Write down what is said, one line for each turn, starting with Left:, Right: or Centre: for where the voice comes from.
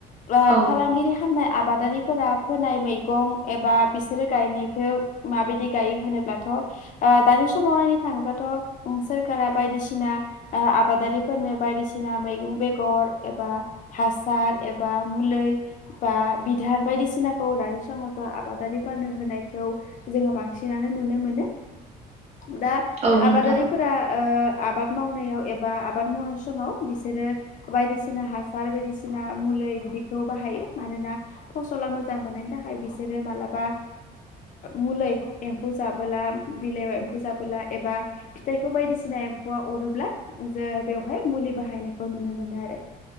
Left: बा
Right: औ
Left: फालांगिरि खालामनाय आब आबादारिफोरा फोनाय मैगं एबा बिसोरो गायनायखौ माबायदि गायो होनोब्लाथ' दानि समाव नायनो थाङोब्लाथ' सोरखारा बायदिसि दिसिना ओ आबादारिफोरनो बायदिसिना मैगं बेगर एबा हासार एबा मुलै बा बिधार बायदिसिनाखौ दानि समावथ' आबादारिफोरनो होनायखौ खौ जोङो बांसिनानो नुनो मोनो। दा
Right: औ
Left: आबादारिफोरा
Right: नोंथां
Left: ओ आबाद मावनायाव एबा आबाद मावनाय समाव बिसोरो बायदिसिना हासार बायदिसिना मुलै बिदिखौ बाहायो। मानोना फसला मोजां मोजां मोननायनि थाखाय बिसोरो ओ मालाबा मुलै एम्फौ जाबोला बिलाइ एम्फौ जाबोला एबा फिथाइखौ बायदिसि सिना एम्फौआ अरोब्ला जो बेवहाय मुलि बाहायनायखौ नुनो मोनो आरो।